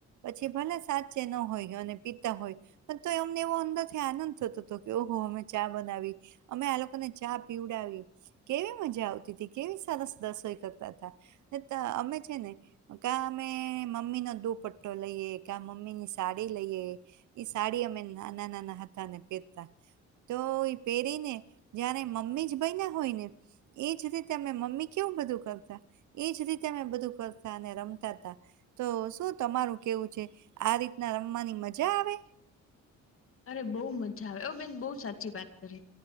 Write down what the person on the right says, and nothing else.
પછી ભલે સાચે ન હોય અને પિતા હોય. પણ તો એમને એવો અંદરથી આનંદ થતો હતો કે ઓહો અમે ચા બનાવી અમે આ લોકોને ચા પીવડાવી કેવી મજા આવતી હતી, કેવી સરસ રસોઈ કરતા હતા. ને તા અમે છે ને કા અમે મમ્મીનો દુપટ્ટો લઈએ, કા મમ્મીની સાડી લઈએ. સાડી અમે નાના નાના હતા અને પહેરતા તો એ પહેરીને જ્યારે મમ્મી જ ભય ના હોય ને એજ રીતે તમે મમ્મી કેવું બધું કરતા એજ રીતે અમે બધું કરતા અને રમતા હતા. તો શું તમારું કેવું છે, આ રીતના રમવાની મજા આવે?